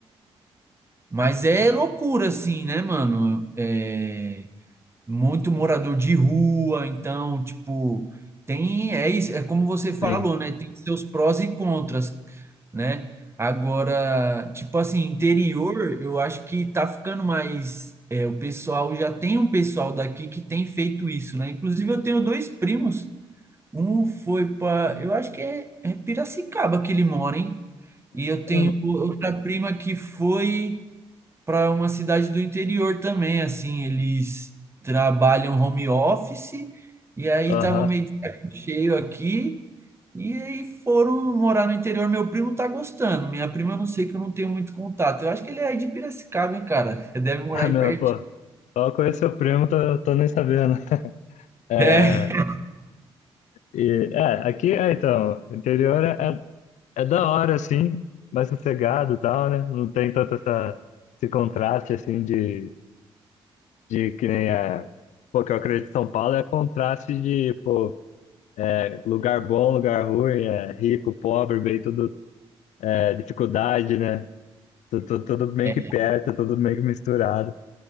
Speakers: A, on the right; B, on the left.
A: Mas é loucura, assim, né, mano? É, muito morador de rua, então, tipo, tem, é isso, é como você falou,
B: sim.
A: né? Tem seus prós e contras, né? Agora, tipo assim, interior, eu acho que tá ficando mais. é, o pessoal já tem um pessoal daqui que tem feito isso, né? Inclusive, eu tenho dois primos. Um foi para, eu acho que é, é Piracicaba que ele mora, hein? E eu tenho
B: Hum,
A: outra prima que foi para uma cidade do interior também, assim, eles trabalham home office e aí
B: Aham.
A: tava meio de saco cheio aqui e aí foram morar no interior. Meu primo tá gostando, minha prima eu não sei que eu não tenho muito contato. Eu acho que ele é aí de Piracicaba, hein, cara? <laughs> Deve morar
B: Ah,
A: aí
B: meu,
A: perto.
B: pô. Só conheço seu primo, tô, tô nem sabendo. É,
A: É.
B: e, é, aqui, é, então, o interior é, é da hora, assim, mais sossegado e tal, né? Não tem tanto essa, esse contraste, assim, de, de que nem é. Pô, que eu acredito em São Paulo é contraste de, pô, é, lugar bom, lugar ruim, é rico, pobre, bem, tudo é, dificuldade, né? Tudo, tudo meio
A: é,
B: que perto, tudo meio que misturado.